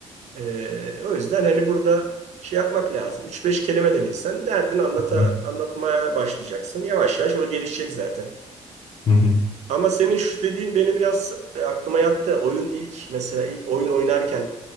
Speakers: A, on the right (about 65°); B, on the left (about 45°).
A: Ee, o yüzden hani burada şey yapmak lazım. Üç beş kelime de bilsen derdini anlata,
B: Hı hı.
A: anlatmaya başlayacaksın. Yavaş yavaş o gelişecek zaten.
B: Hı hı.
A: Ama senin şu dediğin beni biraz e, aklıma yattı. Oyun ilk mesela ilk oyun oynarken